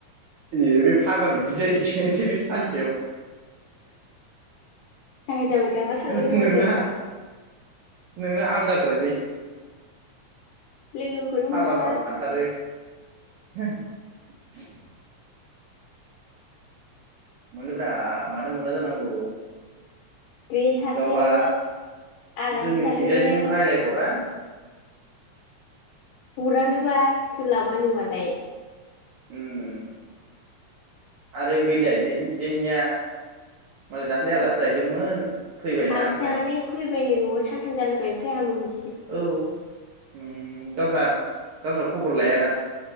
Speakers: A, on the right; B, on the left.
A: ए बे फाग्ला बिब्दि जायो खेनसेनो सानसेयाव।
B: जाया
A: <unintelligible>
B: जाबाय दाबा थांदों
A: होद
B: माथो
A: नोंना नोंना आलदाद्रायलै
B: लोगोखौनो
A: फाग्ला
B: मोनाबा।
A: फाग्ला सानथारो <unintelligible> मोनोब्रा मानो मोना जानांगौ
B: गैया सासेयाबो
A: गावहा
B: आलासि
A: जोंनिथिंजायजों
B: जाहैनाया
A: रायज्लायहरा
B: गुरानोबा सोलाबानो मालाय
A: उम आरो बैलाय नोंसोर थिंजायनिया मालाय दाख्लै आलासि जाहैदोंमोन। फैबायना
B: आलासि
A: ओमफ्राय
B: जानानै फैबायनो नआव सानथाम जालायबाय ओमफ्राय आं मोन
A: औ उम गावसा गावसा खबर लाया